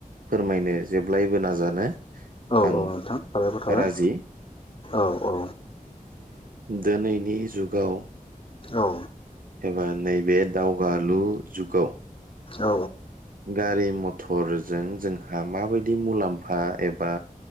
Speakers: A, on the right; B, on the left.
A: फोरमायनो जेब्लायबो नाजानो।
B: औ-औ
A: आं
B: नोंथां साबायखर थाबाय
A: राजि
B: औ-औ।
A: दोनैनि जुगाव।
B: औ।
A: एबा नैबे दावगालु जुगाव।
B: औ
A: गारि मथ। थरजों जोंहा माबायदि मुलाम्फा एबा